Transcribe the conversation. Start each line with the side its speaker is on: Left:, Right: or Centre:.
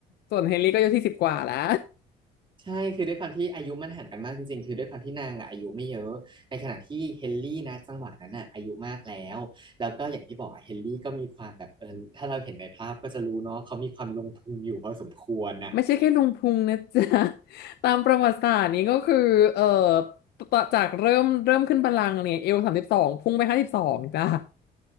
Left: ส่วนเฮนรี่ก็อายุที่สิบกว่าแล้ว
Right: ใช่คือด้วยความที่อายุมันห่างกันมากจริงๆคือด้วยความที่นางอะอายุไม่เยอะในขณะที่เฮนรี่นะจังหวะนั้นอ่ะอายุมากแล้วแล้วก็อย่างที่บอกอะเฮนรี่ก็มีความแบบเออถ้าเราเห็นในภาพก็จะรู้เนาะเขามีความลงทุนอยู่พอสมควรอ่ะ
Left: <laughs> ไม่ใช่แค่ลุงพุงนะจ๊ะ <laughs> ตามประวัติศาสตร์นี้ก็คือเอ่อตต่อจากเริ่มเริ่มขึ้นบัลลังก์เนี่ยเอวสามสิบสองพุ่งไปห้าสิบสองจ้ะ <laughs>